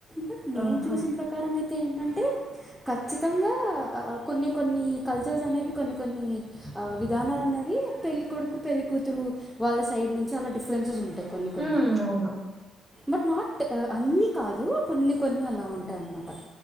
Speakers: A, in the centre; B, on the right.
A: బట్ నేన్
B: ఆహా
A: చూసిన ప్రకారం అయితే అతే ఏంటంటే ఖచ్చితంగా కొన్ని కొన్ని కల్చర్స్ అనేవి కొన్ని కొన్ని విధానాలు అనేవి పెళ్ళికొడుకు పెళ్ళికూతురు వాళ్ళ సైడ్ నుంచి అలా డిఫరెన్సెస్ ఉంటుయి అట్టయి కొన్ని కొన్ని
B: ఉమ్ అవును
A: బట్ నాట్ అన్ని కాదు కొన్ని కొన్ని అలా ఉంట అంటే అన్నమాట